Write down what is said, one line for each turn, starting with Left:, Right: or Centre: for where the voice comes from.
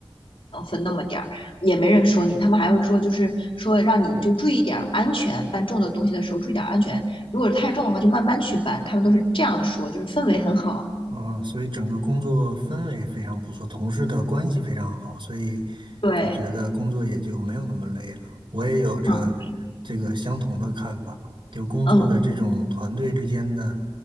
Left: 能分那么点儿，也没人说你，他们还会说就是说让你就注意点儿安全，搬重的东西的时候注意点儿安全，如果太重的话就慢慢去搬，他们都是这样说，就是氛围很好。
Right: 嗯，所以整个工作氛围非常不错，同事的关系非常好，所以
Left: 对，
Right: 就觉得工作也就没有那么累了。我也有着这个相同的看法，
Left: 嗯
Right: 就工作的这种团队之间的
Left: 嗯。